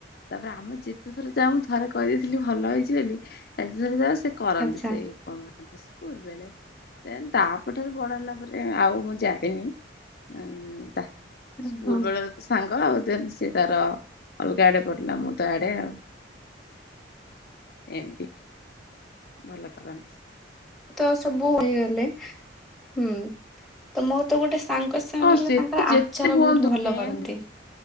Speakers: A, on the left (about 55°); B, in the centre.
A: ତାପରେ ଆମେ ଯେତେ ଥର ଯାଉଁ ମୁଁ ଥରେ କହିଦେଇଥିଲି ଭଲ ଭଲ ହେଇଚି ବୋଲି ଯେତେଳେ ଯାଉ ସେ କରନ୍ତି
B: ଆଚ୍ଛା
A: ସେ ଉପମା। ତାଙ୍କ ସ୍କୁଲ ବେଳେ ଦେନ ତାପଠାରୁ ବଡ଼ ହେଲା ପରେ ଆଉ ମୁଁ ଯାଇନି ଇଁ ତା
B: ହଁ
A: ସ୍କୁଲ ବେଳ ତ ସାଙ୍ଗ ସାଙ୍ଗ ଦେନ ସେ ତାର ଅଲଗା ଆଡେ ପଢ଼ିଲା ମୁଁ ତ ଆଡେ ଆଉ। ଏମତି ଭଲ କରନ୍ତି।
B: ତ ସବୁ ହେଇଗଲେ ହୁଁ ତ ମୋ ତ ଗୋଟେ ସାଙ୍ଗ ବେଶୀ ଅନେଇଲ
A: ହଁ ସେତେ
B: ତାଙ୍କର
A: ଯେତେ
B: ଆଚାର
A: ହୁଅନ୍ତୁ
B: ବହୁତ ଭଲ
A: ଟେନ୍ଥ
B: କରନ୍ତି।